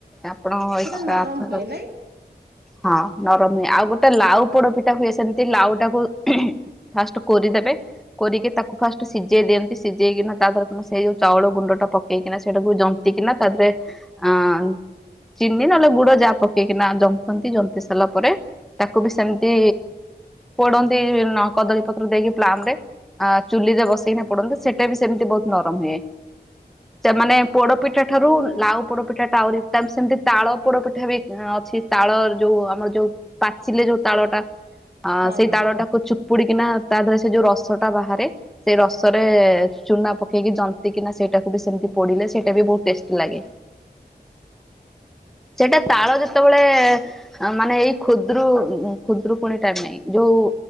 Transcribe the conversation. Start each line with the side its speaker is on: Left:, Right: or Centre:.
Centre: ଆପଣଙ୍କ
Right: ପୁରା
Centre: ଇଚ୍ଛା
Right: ନରମ
Centre: ଆପଣ
Right: ହୁଏ ନାଇଁ
Centre: ହଁ। ନରମୀ ଆଉ ଗୋଟେ ଲାଉ ପୋଡ଼ପିଠା ହୁଏ ସେମତି ଲାଉ ଟାକୁ ଫାଷ୍ଟ୍ କୋରିଦେବେ କୋରିକି ତାକୁ ଫାଷ୍ଟ୍ ସିଝେଇ ଦିଅନ୍ତି। ସିଝେଇକିନା ତା ଦେରରେ ସେଇ ଯୋଉ ଚାଉଳ ଗୁଣ୍ଡ ଟା ପକେଇକିନା ସେଇଟାକୁ ଜନ୍ତିକିିନା ତା ଦେହରେ ଆଁ ଚିନି ନହେଲେ ଗୁଡ଼ ଯାହା ପକେଇକି ନା ଜନ୍ତନ୍ତି ଜନ୍ତି ସାରିଲା ପରେ- ତାକୁ ବି ସେମିତି ପୋଡ଼ନ୍ତି କଦଳୀ ପତ୍ର ଦେଇକି ପ୍ଲାମ ରେ ଚୁଲିରେ ବସେଇକି ପୋଡ଼ନ୍ତି ସେଠି ଗୋଟେ ବି ସେମିତି ବହୁତ୍ ନରମ ହୁଏ। ସେ ମାନେ ପୋଡ଼ପିଠା ଠାରୁ ଲାଉ ପୋଡ଼ପିଠା ଟା ଆହୁରି ତା ସେମିତି ତାଳ ପୋଡ଼ପିଠା ବି ତାଳ ଯୋଉ ଆମର ଯୋଉ ପାଚିଲେ ଯୋଉ ତାଳଟା
Right: ହଁ
Centre: ସେଇ
Right: ହଁ।
Centre: ତାଳଟାକୁ ପୁଡି଼କିନା ତା ଦେହରେ ସେ ଯୋଉ ରସଟା ବାହାରେ ସେଇ ରସରେ ଚୁନା ପକେଇକି ଜନ୍ତି କିିନା ସେଇଟାକୁ ବି ସେମିତି ପୋଡ଼ିଲେ ସେଇଟା ବି ବହୁତ ଟେଷ୍ଟି ଲାଗେ।
Right: <unintelligible>
Centre: ସେଟା ତାଳ ଯେତେବେଳେ ମାନେ ଏଇ ଖୁଦୁରୁ ଖୁଦୁରୁକୁୁଣି ଟାଇମ୍ ରେ ଯୋଉ